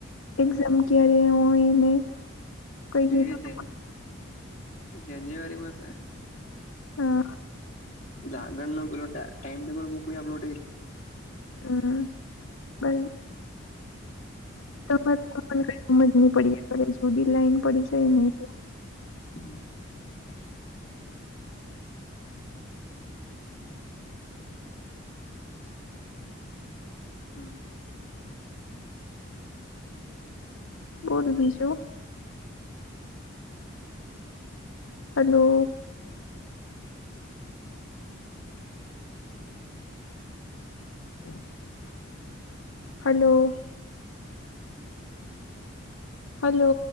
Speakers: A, on the left; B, on the left.
A: એક્ઝામ ક્યારે હોય ને કઈ કીધું
B: એ જન જાન્યુઆરી માસ
A: હા.
B: આગણ નું પેલો ટાઈમ ટેબલ મોકલી આપલો તે
A: હમ્મ પણ તમારેને કઈજ નહી પડી જુદી લાઈન પડી જાય નહી
B: <inaudible> હમ
A: બોલ બીજું હેલો <inaudible> હલો હલો